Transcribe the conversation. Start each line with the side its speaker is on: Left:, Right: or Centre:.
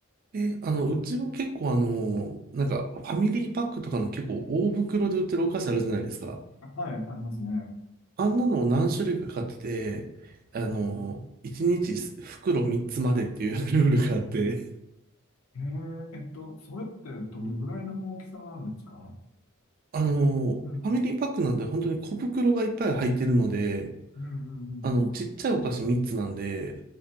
Right: で、あの、
Left: あー
Right: うちは結構あの、
Left: うん、
Right: なんかファミリーパックとかの結構大袋で売ってるお菓子あるじゃないですか。
Left: はい、ありますね。
Right: あんなのを何種類か買ってて、あの、1日袋3つまでっていう <laughs> ルールがあって、
Left: えー、えっと、それってどれぐらいの大きさなんですか
Right: あの、
Left: うん、
Right: ファミリーパックなんで本当に小袋がいっぱい入ってるので、
Left: うん、うん、うん、
Right: あの、ちっちゃいお菓子3つなんで、